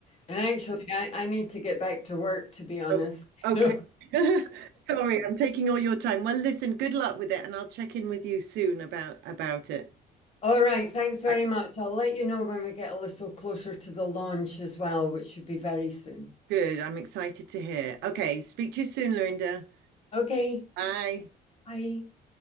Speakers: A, on the left; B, on the right.
A: And actually, I, I need to get back to work, to be honest.
B: Oh,
A: <laughs>
B: okay.
A: So,
B: <laughs> Sorry, I'm taking all your time. Well, listen, good luck with it, and I'll check in with you soon about about it.
A: all right, thanks very
B: Right.
A: much. I'll let you know when we get a little closer to the launch as well, which should be very soon.
B: Good. I'm excited to hear. Okay, speak to you soon, Lorinda.
A: Okay,
B: Bye.
A: bye.